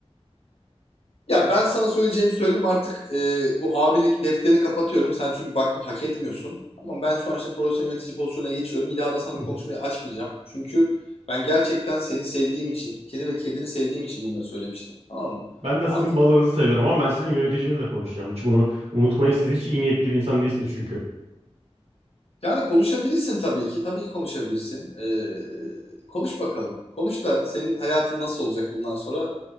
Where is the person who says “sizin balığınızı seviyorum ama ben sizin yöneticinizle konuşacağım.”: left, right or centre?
Right